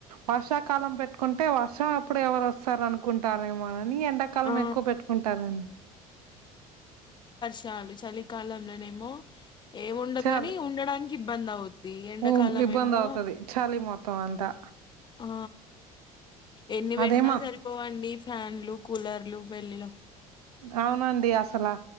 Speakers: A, on the right; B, on the left.
A: వర్షాకాలం పెట్టుకుంటే వర్షం అప్పుడు ఎవరు వస్తారు అనుకుంటారు ఏమో అని ఎండాకాలం
B: ఆ
A: ఎక్కువ పెట్టుకుంటారండి
B: చాలు చలికాలంలోనేమో ఏమి ఉండదు
A: చాలి
B: కాని ఉండడానికి ఇబ్బంది అవుద్ది ఎండాకాలం
A: ఊ ఇబ్బంది
B: ఏమో
A: అవుతది చలి మొత్తం అంతా
B: ఆ ఎన్ని పెట్టినా
A: అదేమో
B: సరిపోవండి ఫ్యాన్ ప్యాన్లు కూలర్లు పెళ్లిలో
A: అవునండి అసలా